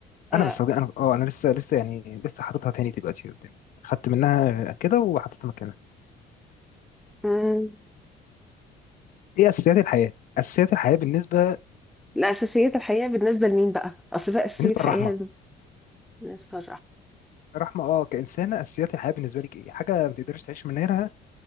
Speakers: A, in the centre; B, on the left.
A: آه،
B: انا بس هو- انا اه انا لسه لسه يعني لسه حاططها تاني دلوقتي قدامي خدت منها كده وحطيتها مكانها
A: مم.
B: ايه اساسيات الحياه اساسيات الحياه بالنسبه
A: الأساسيات الحقيقة بالنسبة لمين بقى؟ أصل في أساسية
B: بالنسبه
A: حقيقية
B: للرحمه
A: بالنسبة
B: الرحمه اه كانسانه اساسيات الحياه بالنسبه لك ايه حاجه ما تقدرش تعيش من غيرها